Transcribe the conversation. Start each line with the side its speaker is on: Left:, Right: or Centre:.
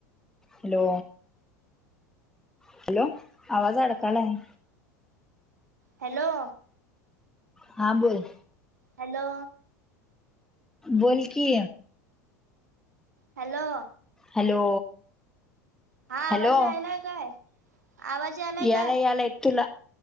Centre: हॅलो हॅलो आवाज अडकाला आहे.
Right: हॅलो.
Centre: हा बोल.
Right: हॅलो.
Centre: बोलखी
Right: हॅलो
Centre: हॅलो
Right: हा
Centre: हॅलो
Right: आवाज यायलाय काय? आवाज यायलाय
Centre: याला
Right: काय?
Centre: याला य तुला